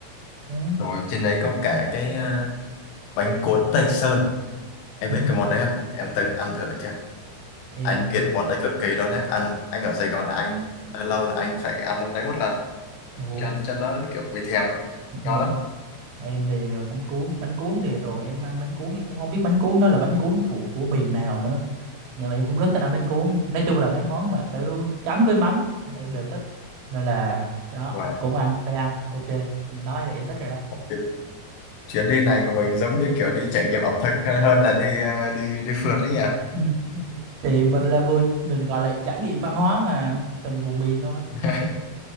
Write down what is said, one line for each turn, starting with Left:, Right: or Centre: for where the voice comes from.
Right: ừ.
Left: rồi trên đấy có cả cái à, bánh cuốn Tây Sơn em
Right: Ừ.
Left: biết cái món đấy không em từng ăn thử chưa
Right: em
Left: anh
Right: thì
Left: nghiện món đấy cực kỳ luôn đấy anh anh ở Sài Gòn là anh lâu lâu là anh phải ăn món đấy một lần
Right: Ồ,
Left: cho cho nó kiểu bị thèm ấy
Right: ừ.
Left: ngon lắm
Right: em thì ờ, bánh cuốn bánh cuốn thì thường em ăn bánh cuốn em cũng không biết bánh cuốn đó là bánh cuốn thuộc của miền nào nữa nhưng mà em cũng rất thích ăn bánh cuốn nói chung là mấy món mà kiểu chấm với mắm là em đều thích nên là đó
Left: wow.
Right: cũng ăn phải ăn ok anh nói là em thích rồi đó
Left: cái chuyến đi này của mình giống như kiểu đi trải nghiệm ẩm thực hơn là đi à, đi đi phượt đấy nhỉ
Right: <laughs> thì mình là vừa mình gọi là trải nghiệm văn hóa mà từng vùng miền thôi
Left: <laughs>